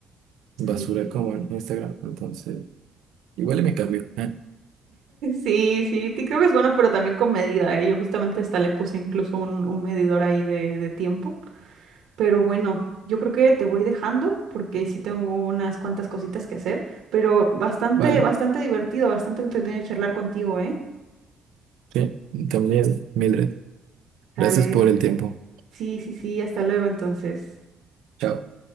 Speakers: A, on the right; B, on the right.
A: basura
B: sí.
A: como en Instagram, entonces, igual y me cambio. Ah,
B: Sí, sí, ti- creo que es bueno, pero también con medida, ¿eh? Yo justamente hasta le puse incluso un, un medidor ahí de, de tiempo. Pero bueno, yo creo que te voy dejando porque sí tengo unas cuantas cositas que hacer, pero bastante,
A: vale,
B: bastante divertido, bastante entretenido charlar contigo, ¿eh?
A: sí, también, Mildred,
B: Dale,
A: gracias por el tiempo.
B: sí, sí, sí, hasta luego entonces.
A: Chao.